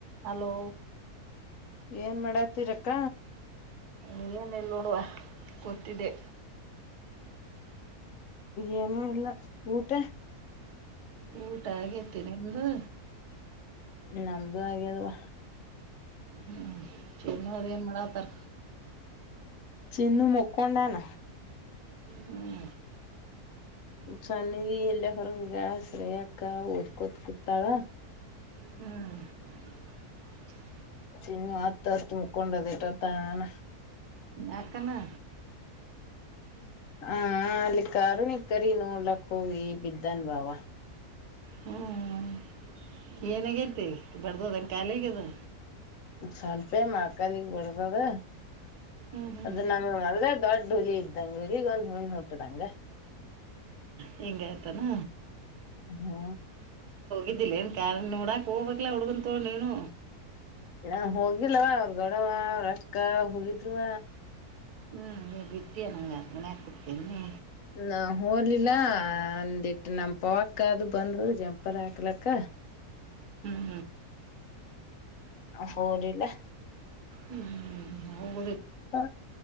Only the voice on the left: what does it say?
ಏನ್ ಮಾಡಾತಿರಕ್ಕ
ಏನಲ್ಲ ಊಟ
ನಮ್ದು ಹಾಗ್ಯ ಅದವಾ
ಚಿನ್ನು ಮಕ್ಕೊಂಡಾನ
ಸನ್ನದಿ ಎಲ್ಲ ಹೊರಗಗಸ್ರಯಕ್ಕ ಓದ್ಕೋತ್ ಕುೂತಾಳ
ತಿನ್ನು ಹತ್ತು ಹತ್ತು ಮುಕ್ಕೊಂಡದಟ ತಾನ
ಹಾ ಅಲ್ಲಿ ಕಾರುಣಿ ಕರಿ ನೋಡ್ಲಕ್ ಹೋಗಿ ಬಿದ್ದನ್ ಬಾವ
ಸ್ವಲ್ಪೇ ಮಕಾಲಗ್ ಬಿಡದದ
ಅದ
ನಮ ದೊಡ್ ಹುಲಿ ಇದ್ದಂಗ ಹುಲಗ್ ಒ ನೂಲ್ ನೋಟ್ಟದಂಗ
ಹ್ಮ
ನ ಹೋಗಿಲ್ಲವ ಅವ್ರ ಗಡವಾ ಅವ್ರ ಅಕ್ಕ ಹೋಗಿದವ
ನ ಹೋಲಿಲ್ಲ ಅಂದಿ ನಮ ಪವಕ್ಕ ಅದು ಬಂದರು ಜಂಪಾರ ಹಾಕ್ಲಕ್ಕ
ಹೋಲಿಲ್ಲ
ಹ